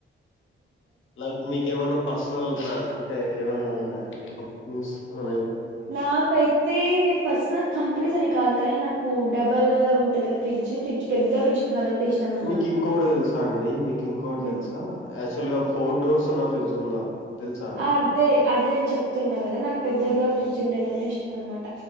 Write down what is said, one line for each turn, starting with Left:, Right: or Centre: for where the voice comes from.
Left: లైక్ మీకు ఏమైనా పర్సనల్ అంటే ఏమైనా ఉన్నాయాడి కంపెనీస్ ఏమ
Right: నాకైతే పర్సన్ కంపెనీస్ అని కాదు కానీ నాకు డబల్ ఉంటుంది కదా ఫ్రిడ్జ్ ఫ్రిడ్జ్ పెద్ద ఫ్రిడ్జ్ కొనాలంటే ఇష్టం అనమాట
Left: మీకు ఇంకోకటి తెలుసా అండి మీకు ఇంకోకటి
Right: ఉమ్
Left: తెలుసా యాక్చువల్ గా ఫోర్ డోర్స్ న్నా ఫ్రిడ్జ్ తెలుసా అండి
Right: అదే
Left: మీకి
Right: అదే నేను చెప్తున్నా కదా నాకు పెద్దగా
Left: ఆ
Right: ఫ్రిడ్జ్ ఉండేదంటే ఇష్టం అనమాట